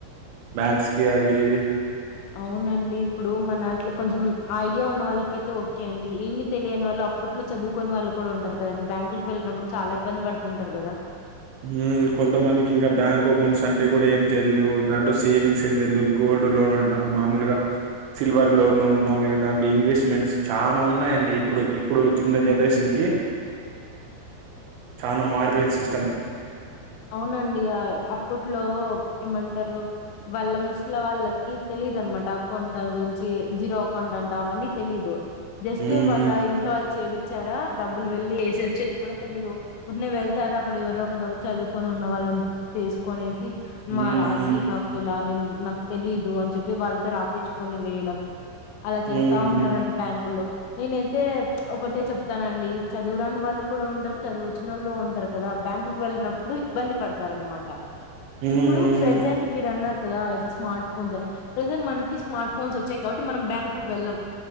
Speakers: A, on the right; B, on the left.
A: బ్యాంక్స్ కి అవి ఇవి
B: అవునండీ ఇప్పుడు మనాట్లో కొంచెం ఐ ఐడియా ఉన్న వాళ్ళకైతే ఓకే అండి ఏమి తెలియని వాళ్ళు అప్పట్లో చదువుకోని వాళ్ళు కూడా ఉంటారు కదండి బ్యాంకుకి వెళ్ళినప్పుడు చాలా ఇబ్బంది పడుతుంటారు గదా
A: ఊమ్ కొంతమందికి ఇంకా బ్యాంక్ అకౌంట్స్ అంటే కూడా ఏమి తెల్దు దాంట్లో సేవింగ్స్ ఏం తెల్దు గోల్డ్ లోన్ అంట మామూలుగా సిల్వర్ లోను మామూలుగా దాంట్లో ఇన్వెస్ట్మెంట్స్ చాలా ఉన్నాయండి ఇప్పుడు ఇప్పుడు చున్న జనరేషన్కి చానా మారిపోయింది సిస్టమ్
B: అవునండి అ అప్పట్లో ఏమంటరు వాళ్ళ ముసల వాళ్ళకి తెలీదు అనమాట అకౌంట్ దాని గురించి జీరో అకౌంట్ అంట అవన్నీ తెలీదు జస్ట్
A: హ్మ్.
B: వాళ్ళ ఇంట్లో వాళ్ చేపి చ్చారా డబ్బులు వెళ్లి వేసి వచ్చేది కూడా తెలీదు ఉ క్నే వెళ్తారు అక్కడ ఎవరో ఒకరు చదువుకొని ఉన్న వాళ్ళం తీసుకొనేసి
A: హ్మ్.
B: మా రాశి నాకు ఇలా నిన్ నాకు తెలీదు అని చెప్పి వాళ్ళతో రాపిచ్చుకొని వేయడం అలా చేస్తా
A: హ్మ్. హ్మ్.
B: ఉంటారండి బ్యాంకుల్లో నేనైతే ఒకటే చెప్తానండి చదువురాని వాళ్ళు కూడా ఉంటరు చదువో చ్ వచ్చినోళ్లు ఉంటర్ కదా బ్యాంకుకు వెళ్ న ఇబ్బంది పడతారానమాట
A: హ్మ్.
B: ఇప్పుడు ప్రెసెంట్
A: హ్మ్.
B: మిర్ అన్నారు కదా ఇట్లా స్మార్ట్ ఫోన్స్ అని ప్రెజెంట్ మనకి స్మార్ట్ ఫోన్స్ వచ్చాయి కాబట్టి మనం బ్యాంక్ కు వెళ్ళమ్